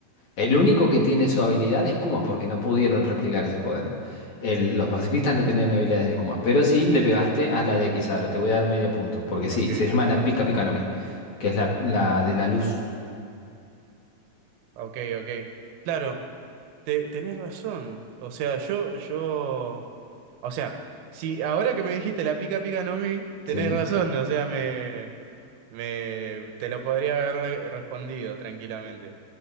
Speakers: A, on the left; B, on the right.
A: El único que tiene su habilidad es Kuma, porque no pudieron replicar ese
B: Mm.
A: poder. El- los pacifistas no tenían habilidades de Kuma, pero sí le pegaste a la de Kizaru. Te voy a dar medio punto, porque sí,
B: Ok,
A: se llama la Pika Pika no Mi, que es la, la de la luz.
B: ok, ok. Claro. Te- tenés razón. O sea, yo, yo. O sea, si ahora que me dijiste la pica pica no mi, tenés
A: Sí.
B: razón. O sea, me, me te lo podría haber re- respondido tranquilamente.